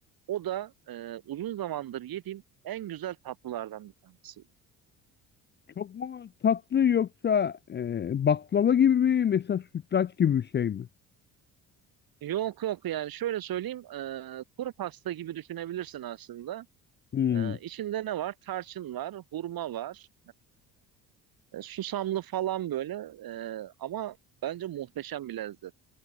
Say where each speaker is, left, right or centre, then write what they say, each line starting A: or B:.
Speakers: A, on the right (about 60°); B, on the left (about 30°).
A: O da e, uzun zamandır yediğim en güzel tatlılardan bir tanesi.
B: Çok mu tatlı yoksa e, baklava gibi mi mesela sütlaç gibi bir şey mi?
A: Yok yok yani şöyle söyleyeyim e, kuru pasta gibi düşünebilirsin aslında.
B: Hmm.
A: E, içinde ne var? Tarçın var, hurma var, e, susamlı falan böyle E, ama bence muhteşem bir lezzet.